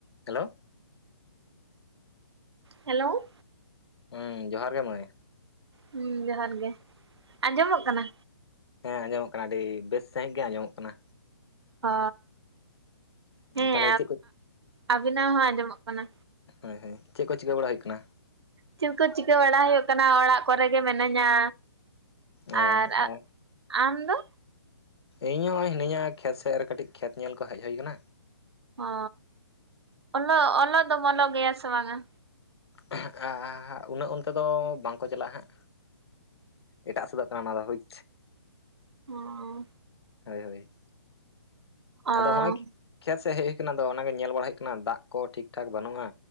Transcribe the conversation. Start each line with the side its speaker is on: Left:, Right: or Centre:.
Left: Hello
Right: hello
Left: ᱦᱩᱸ ᱡᱚᱦᱟᱨ ᱜᱮ ᱢᱟᱹᱭ
Right: ᱦᱮᱸ ᱡᱚᱦᱟᱨ ᱜᱮ ᱟᱸᱡᱚᱢᱚᱜ ᱠᱟᱱᱟ?
Left: ᱦᱮᱸ ᱟᱸᱡᱚᱢᱚᱜ ᱠᱟᱱᱟ ᱟᱹᱰᱤ ᱵᱮᱥ ᱥᱺᱦᱤᱡ ᱜᱮ ᱟᱸᱡᱚᱢᱚᱜ ᱠᱟᱱᱟ᱾
Right: ᱚ ᱦᱮᱸ
Left: ᱛᱟᱦᱚᱞᱮ ᱪᱮᱫ ᱠᱚ
Right: ᱟᱹᱵᱤᱱᱟᱜ ᱦᱚᱸ ᱟᱸᱡᱚᱢᱚᱜ ᱠᱟᱱᱟ
Left: ᱦᱮᱭ ᱦᱮ ᱪᱮᱫ ᱠᱚ ᱪᱤᱠᱟᱹ ᱵᱟᱲᱟ ᱦᱩᱭᱩᱜ ᱠᱟᱱᱟ?
Right: ᱪᱮᱫ ᱠᱚ ᱪᱤᱠᱟᱹ ᱵᱟᱲᱟ ᱦᱩᱭᱩᱜ ᱠᱟᱱᱟ ᱚᱲᱟᱜ ᱠᱚᱨᱮ ᱜᱮ ᱢᱤᱱᱟᱹᱧ ᱟ
Left: ᱚ
Right: ᱟᱨ ᱟᱢ ᱫᱚ
Left: ᱤᱧ ᱦᱚᱸ ᱦᱤᱱᱟᱹᱧᱟ ᱠᱷᱮᱛ ᱥᱮᱫ ᱨᱮ ᱠᱟᱹᱴᱤᱡ ᱠᱷᱮᱛ ᱧᱮᱞ ᱠᱚ ᱦᱮᱡ ᱦᱩᱭ ᱟᱠᱟᱱᱟ᱾
Right: ᱦᱚ ᱚᱸᱞᱚᱜ ᱚᱞᱚᱜ ᱫᱚᱢ ᱚᱞᱚᱜ ᱜᱮᱭᱟ ᱥᱮ ᱵᱟᱝᱟ?
Left: ᱟᱸᱦᱜ ᱦᱟ ᱟ ᱟ ᱩᱱᱟᱹᱜ ᱚᱱᱛᱮ ᱫᱚ ᱵᱟᱝᱠᱚ ᱪᱟᱞᱟᱜᱼᱟ ᱦᱟᱸᱜ ᱮᱴᱟᱜ ᱥᱮᱫᱚᱜ ᱠᱟᱱᱟ ᱚᱱᱟ ᱫᱚ ᱵᱩᱡᱽ
Right: ᱦᱚᱸ
Left: ᱦᱳᱭ ᱦᱳᱭ
Right: ᱚ
Left: ᱟᱫᱚ ᱦᱚᱸᱜᱼᱚᱭ ᱠᱷᱮᱛ ᱥᱮᱫ ᱦᱮᱡ ᱦᱩᱭ ᱠᱟᱱᱟ ᱟᱫᱚ ᱚᱱᱟᱜᱮ ᱧᱮᱞ ᱵᱟᱲᱟ ᱦᱩᱭᱩᱜ ᱠᱟᱱᱟ ᱫᱟᱜ ᱠᱚ ᱴᱷᱤᱠ ᱴᱷᱟᱠ ᱵᱟᱹᱱᱩᱜᱼᱟ᱾